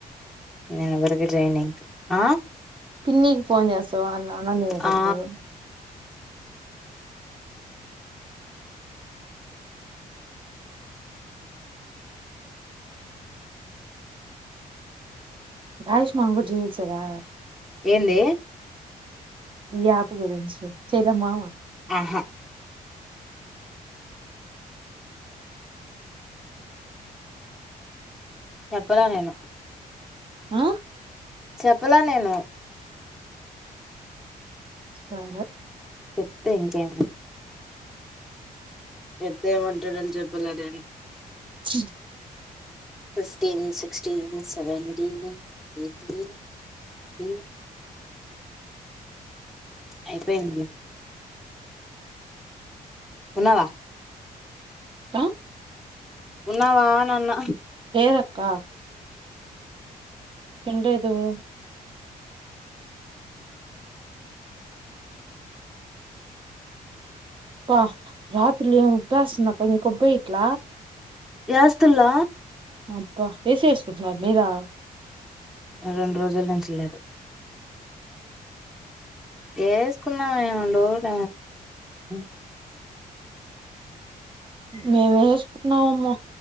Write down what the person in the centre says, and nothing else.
నేను ఎవ్వరికి చెయ్యను ఇంక ఆ
ఆ
ఏందీ
ఆహా చెప్పదా నేను
చెప్పలా నేను
చెప్తే ఇంకేమి చెప్తే ఏమంటాడో అని చెప్పలే నేను
ఫస్టిన్ సిక్స్టీన్ సెవెంటీన్ ఎయిటీన్ మ్మ్ అయిపోయింది లే తిన్నావా
ఉన్నావా అని అన్న
యాస్తుల్ల
రెండు రోజుల నుంచి లేదు యేసుకున్న డౌట్ <unintelligible>